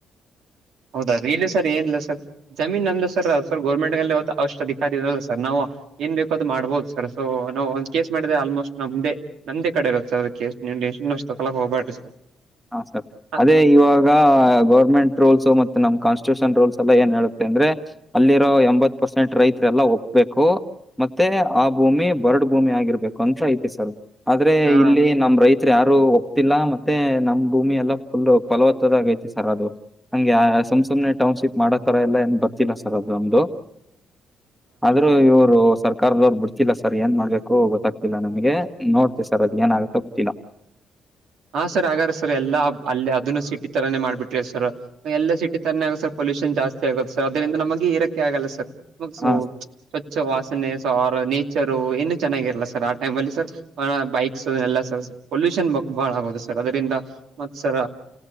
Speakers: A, on the right; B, in the centre.
A: ಹೌದೌದು ಇಲ್ಲಿ ಸರ್ ಏನಿಲ್ಲ ಸರ್ ಜಮೀನ್ ನಮ್ದು ಸರ್ ಸರ್ ಗೋರ್ಮೆಂಟ್ಲ್ಲಿ ಅವಷ್ಟು ಅಧಿಕಾರಿ ಇರಲ್ಲ ಸರ್ ನಾವು. ಏನ್ ಬೇಕೋ ಅದು ಮಾಡ್ಬೋದು ಸರ್ ಸೊ ನಾವು ಒಂದ್ ಕೇಸ್ ಮಾಡಿದೆೆ ಆಲ್ಮೋಸ್ಟ್ ನಮ್ದೇ. ನಮ್ದ ಕಡೆ ಇರತ್ತೆ ಕೇಸ್ ಅದಕ್ಕೆ ಎಷ್ಟ ತೊಕಕ್ ಹೋಗಬಾರು ಸರ್
B: ಹಾ ಸರ್.
A: ಹಾ
B: ಅದೇ ಇವಾಗ ಗೌರ್ಮೆಂಟ್ ರೂಲ್ಸ್ ಮತ್ತೆ ನಮ್ ಕಾನ್ಸ್ಟಿಟ್ಯೂಷನ್ ರೂಲ್ಸ್ ಎಲ್ಲಾ ಏನ್ ಹೇಳುತ್ತೆ ಅಂದ್ರೆ. ಅಲ್ಲಿರೋ ಎಂಬತ್ ಪರ್ಸೆಂಟ್ ರೈತ ಎಲ್ಲ ಒಪ್ಬೇಕು. ಮತ್ತೆ ಆ ಭೂಮಿ ಬರ್ಡ್ ಭೂಮಿ ಆಗಿರ್ಬೇಕು ಅಂತ ಐತೆ ಸರ್. ಆದ್ರೆ
A: ಹಾ
B: ಇಲ್ಲಿ ನಮ ರೈತ್ ಯಾರು ಒಪ್ತಿಲ್ಲ ಮತ್ತೆ ನಮ್ ಭೂಮಿ ಎಲ್ಲ ಫುಲ್ ಫಲವತ್ತದಾಗ ಆಗೈತೆ ಸರ್ ಅದು. ಹಂಗೆ ಸು ಸುಮನೆ ಟೌನ್ಶಿಪ್ ಮಾಡೋತರ ಎಲ್ಲಾ ಏನ್ ಬರ್ತಿಲ್ಲಾ ಸರ್ ಅದು ನಮ್ದು. ಆದ್ರೂ ಇವರು ಸರ್ ಕರ್ದವ್ರು ಬಿಡ್ತಿಲ್ಲ ಸರ್ ಏನ್ ಮಾಡ್ಬೇಕು ಗೊತ್ತಾಗ್ತಿಲ್ಲ ನಮಗೆ ನೋಡ್ತಿ ಸರ್ ಅದ ಏನ ಆಗುತ್ತೋ ಗೊತ್ತಿಲ್ಲ.
A: ಹಾ ಸರ್ ಹಾಗಗಾರ ಸರ್ ಎಲ್ಲಾ ಅಲ್ಲಿ ಅದನ್ನು ಸಿಟಿ ತರಾನೇ ಮಾಡ್ಬಿಟ್ರಿ ಸರ್ ಎಲ್ಲಾ ಸಿಟಿ ತರಾನೇ ಆಗ ಸರ್. ಪೋಲಿಷನ್ ಜಾಸ್ತಿ ಆಗುತ್ತೆ ಸರ್ ಅದರಿಂದ ನಮಗೆ ಇರಾಕ್ಕೆೆ ಆಗಲ್ಲ ಸರ್ ಸೋ
B: ಹಾ
A: ಸ್ವಚ್ಛ ವಾಸನೆ ಸ ನೇಚರು ಏನು ಚೆನ್ನಾಗಿರಲ್ಲ ಸರ್ ಆ ಟೈಮ್ಲ್ಲಿ ಸರ್. ಹ ಬೈಕ್ಸ್ ಎಲ್ಲಾ ಪೊಲ್ಯೂಷನ್ ಬ ಬಾಳ ಆಗೋದು ಸರ್ ಅದರಿಂದ ಮತ್ ಸರ